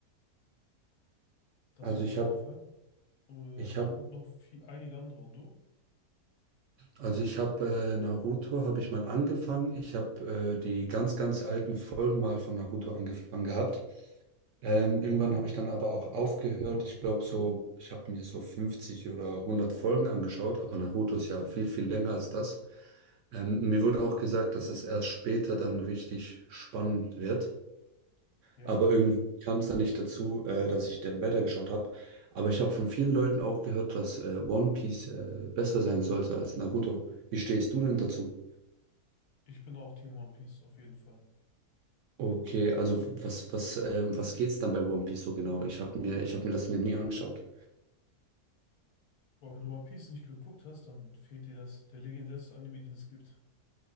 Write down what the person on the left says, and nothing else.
das
auf
jeden
Fall. Äh, und
noch viel, einige andere. Und du?
Ja,
ich bin auch Team One Piece, auf jeden Fall.
Aber wenn du One Piece nicht geguckt hast, dann fehlt dir das, der legendärste Anime, den es gibt.